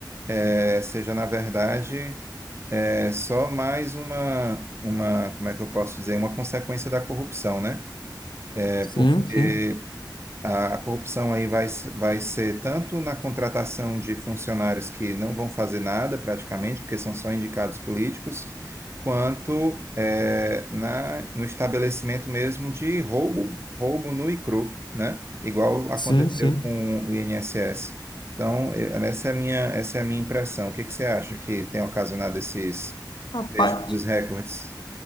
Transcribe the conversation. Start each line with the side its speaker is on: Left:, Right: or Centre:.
Right: é, seja na verdade é, só mais uma, uma, como é que eu posso dizer, uma consequência da corrupção, né? É
Left: sim,
Right: porque
Left: sim,
Right: a corrupção aí vai, se- vai ser tanto na contratação de funcionários que não vão fazer nada praticamente, porque são só indicados políticos, quanto eh, na, no estabelecimento mesmo de roubo, roubo nu e cru, né? Igual aconteceu
Left: sim, sim.
Right: com o INSS. Então, eh, essa é a minha, essa é a minha impressão. O que que você acha que tem ocasionado esses
Left: Rapaz,
Right: prejuízos recordes?